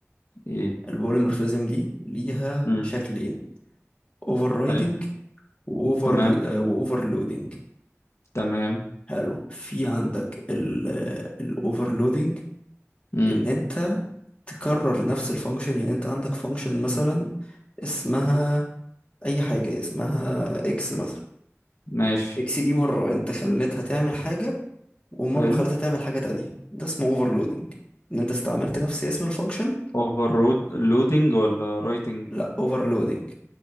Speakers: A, on the left; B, on the left.
A: ايه
B: البوليمورفيزم دي ليها
A: امم
B: شكلين اوفر
A: حلو
B: واوفر
A: تمام
B: واوفر لودنج
A: تمام
B: حلو في عندك الاوفر لودنج
A: امم
B: ان انت تكرر نفس الفانكشن يعني انت عندك فانكشن مثلا اسمها اي حاجه اسمها اكس مثلا
A: ماشي
B: اكس دي مره انت خليتها تعمل حاجه ومره
A: حلو
B: خليتها تعمل حاجه تانية ده اسمه اوفر لودنج ان انت استعملت نفس اسم الفانكشن
A: اوفر رود لودنج ولا رايتنج
B: لا اوفر لودنج